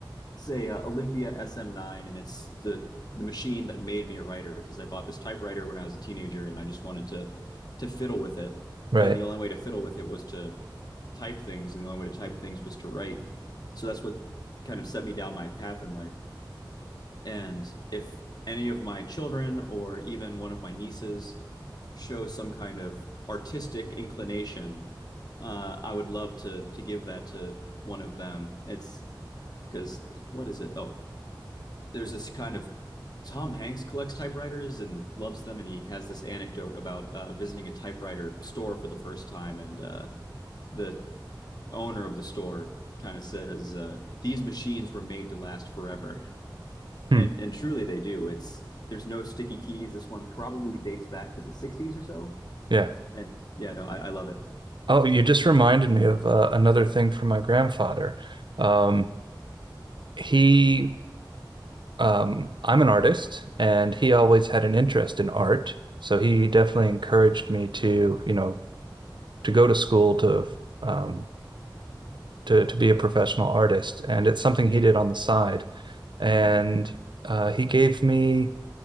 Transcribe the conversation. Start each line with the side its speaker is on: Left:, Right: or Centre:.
Left: It's a uh, Olympia SM9, and it's the the machine that made me a writer because I bought this typewriter when I was a teenager, and I just wanted to to fiddle with it.
Right: Right.
Left: And the only way to fiddle with it was to type things, and the only way to type things was to write. So that's what kind of set me down my path in life. And if any of my children or even one of my nieces show some kind of artistic inclination, uh, I would love to to give that to one of them. It's because what is it? Oh, there's this kind of Tom Hanks collects typewriters and loves them, and he has this anecdote about uh, visiting a typewriter store for the first time, and uh, the owner of the store kind of says, uh, "These machines were made to last forever."
Right: Hmm.
Left: And and truly they do. It's there's no sticky keys. This one probably dates back to the 60s or so.
Right: Yeah.
Left: And yeah, no, I, I love it.
Right: Oh, you just reminded me of uh, another thing from my grandfather. Um, he, um, I'm an artist, and he always had an interest in art. So he definitely encouraged me to, you know, to go to school to, um, to to be a professional artist. And it's something he did on the side. And
Left: hmm
Right: uh, he gave me